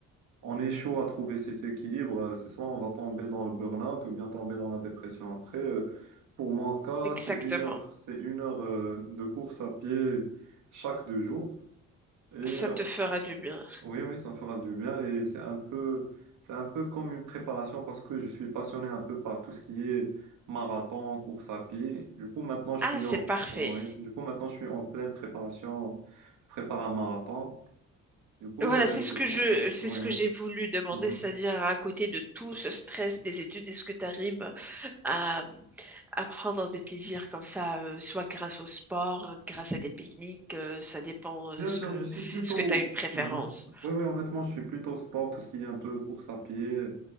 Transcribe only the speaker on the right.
on est chaud à trouver cet équilibre. euh, C'est soit on va tomber dans le burn-out ou bien tomber dans la dépression après. euh, Pour mon cas,
c'est une heure, c'est une heure euh, de course à pied chaque deux jours. Et euh,
oui, oui, ça fera du bien. Et c'est un peu, c'est un peu comme une préparation parce que je suis passionné un peu par tout ce qui est marathon, course à pied. Du coup, maintenant, je
suis
en,
en- oui, du coup, maintenant, je suis en pleine préparation. Je prépare un marathon. Du coup,
euh,
je
pense,
oui,
oui.
mhm.
Bien
sûr,
je suis plutôt.
Mhm. Oui, oui, honnêtement, je suis plutôt sport, tout ce qui est un peu course à pied,